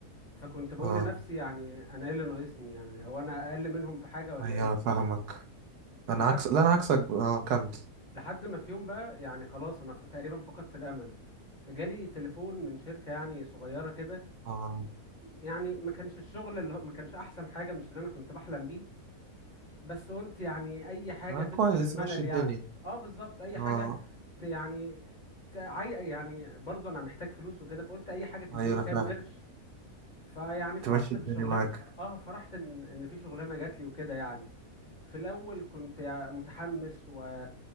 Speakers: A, on the left; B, on the right.
A: فكنت بقول
B: اه
A: لنفسي يعني انا ايه اللي ناقصني يعني هو انا اقل منهم في حاجه ولا
B: ايوه
A: ايه
B: انا فاهمك انا
A: لحد
B: عكس لا انا عكسك ب- اه كمل
A: لحد ما في يوم بقى يعني خلاص انا ف... تقريبا فقدت الامل جالي تليفون من شركه يعني صغيره كده
B: اه
A: يعني ما كانش الشغل اللي هو ما كانش احسن حاجه مش اللي انا كنت بحلم بيه بس قلت يعني اي حاجة
B: آه،
A: تكسر
B: كويس
A: الملل
B: ماشي الدنيا
A: يعني اه بالظبط اي
B: اه
A: حاجة ت يعني تعي يعني برضه انا محتاج فلوس وكده فقلت اي حاجة تديني
B: ايوه انا
A: كام
B: فاهم
A: قرش فيعني فرحت
B: تمشي الدنيا
A: بالشغلانة
B: معاك
A: اه فرحت ان ان في شغلانة جات لي وكده يعني في الاول كنت يع- متحمس و...